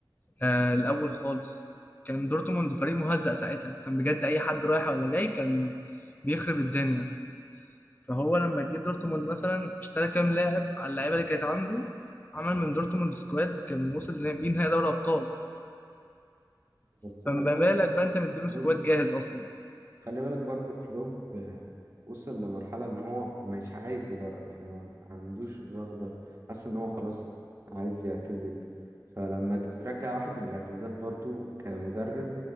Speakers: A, on the left; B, on the right.
A: آه الأول خالص كان دورتموند فريق مهزأ ساعتها كان بجد أي حد رايح ولا جاي كان بيخرب الدنيا فهو لما جه دورتموند مثلا اشترى كام لاعب على اللعيبة اللي كانت عنده عمل من دورتموند سكواد كان وصل لنا- بيه نهائي دوري أبطال
B: بس
A: فما
B: خلي بالك
A: بالك
B: برضه
A: بقى انت مديله
B: كلوب
A: سكواد جاهز اصلا
B: خلي بالك برضو كلوب آه، وصل لمرحلة ان هو مش عايز يدرب يعني هو ما عندوش الرغبة حاسس ان هو خلاص عايز يعتزل فلما ترجع واحد من الاعتزال برضو كمدرب